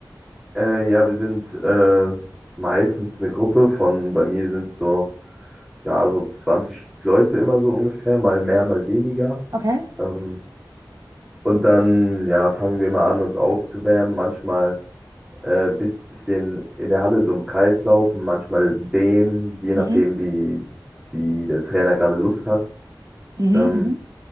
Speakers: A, in the centre; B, on the right (about 50°).
A: äh, ja, wir sind äh, meistens eine Gruppe von, bei mir sind es so ja, so 20 Leute immer so ungefähr, mal mehr, mal weniger.
B: Okay.
A: Ähm, und dann, ja, fangen wir mal an, uns aufzuwärmen. Manchmal äh, bisschen in der Halle so im Kreis laufen, manchmal dehnen je nachdem,
B: Mhm.
A: wie, wie der Trainer gerade Lust hat.
B: Mhm,
A: Ähm,
B: mhm.